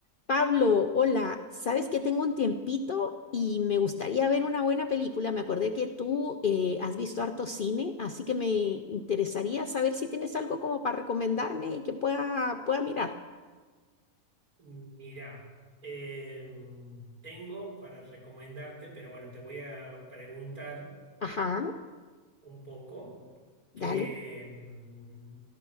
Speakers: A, on the left; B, on the right.
A: Pablo, hola, sabes que tengo un tiempito y me gustaría ver una buena película. Me acordé que tú eh, has visto harto cine, así que me interesaría saber si tienes algo como para recomendarme y que pueda, pueda mirar.
B: Mira, eh, tengo para recomendarte, pero bueno, te voy a preguntar
A: Ajá,
B: un poco qué,
A: dale.
B: mm,